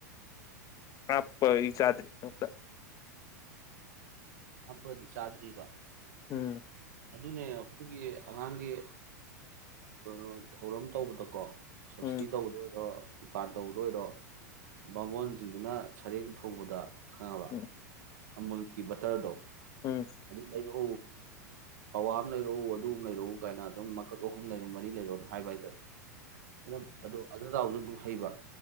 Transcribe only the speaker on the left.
ꯍꯥꯞꯄ ꯑꯩ ꯆꯥꯗ꯭ꯔꯤ ꯑꯪꯇꯥ꯫
ꯎꯝ꯫
ꯎꯝ
ꯎꯝ
ꯎꯝ